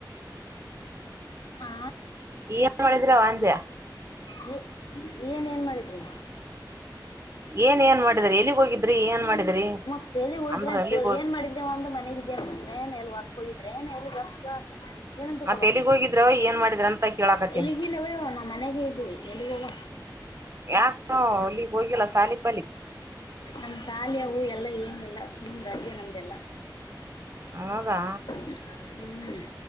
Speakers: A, on the left (about 75°); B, on the right (about 35°).
A: ಆ
B: ಏನ್ ಮಾಡಿದ್ರ ವಜೆ
A: ನೀ ಏನ್ ಏನ್ ಮಾಡಿದ್ರಿ
B: ಏನ್ ಏನ್ ಮಾಡಿದ್ರಿ ಎಲ್ಲಿಗ್ ಹೋಗಿದ್ರಿ ಏನ್ ಮಾಡಿದ್ರಿ
A: ಮತ್ತಲಿ ಹೋಯ್ರ
B: ಅಂದ್ರ ಎಲ್ಲಿಗ್
A: ಕೇಳ
B: ಹೋಗಿ
A: ಏನ್ ಮಾಡಿದೇವ ಒಂದು ಮನೆಗಿದ ್ರೆ ಏ ಎಲ್ಲಿ ಹೊರ್ಕಯ್ರ ಏ ಎಲ್ಲಿ ಗ ಏನನ್ ಚಕೋಬಕ್
B: ಮತ್ ಎಲ್ಲಿಗ್ ಹೋಗಿದ್ರವ ಏನ್ ಮಾಡಿದ್ರ ಅಂತ ಕೇಳಾಕತ್ತೀನಿ
A: ಎಲ್ಲಿಗಿಲ್ಲವೇ ನಾ ಮನೆಗೆ ಇದವಿ ಎಲ್ಲಿಗೋಗ
B: ಯಾಕ ಅಲ್ಲಿಗ್ ಹೋಗಿಲ್ಲ ಸಾಲಿ ಪಾಲಿ
A: ನಮ್ ಶಾಲಿಯ ಹೂ ಎಲ್ಲ ಏನು ಇಲ್ಲ ಸುಮ್ ರಜೆ ನಮ್ದೆಲ್ಲ
B: ಹೌದಾ
A: ಹ ಹ್ಮ್